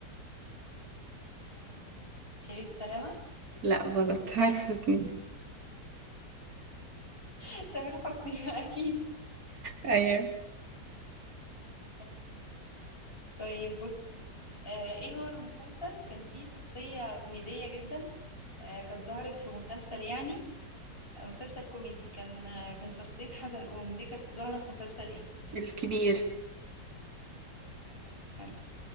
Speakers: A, on the left; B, on the right.
A: آم، شريف سلامه
B: لا غلط تامر حسني
A: <laughs> تامر حسني <laughs> اكيد
B: ايوه
A: ماشي طيب بصي آه ايه هو المسلسل كان فيه شخصيه كوميديه جدا آه كانت ظهرت في مسلسل يعني آه، مسلسل كوميدي كان آه، كان شخصية حزلقوم دي كانت ظاهرة في مسلسل ايه؟
B: الكبير
A: تمام حلو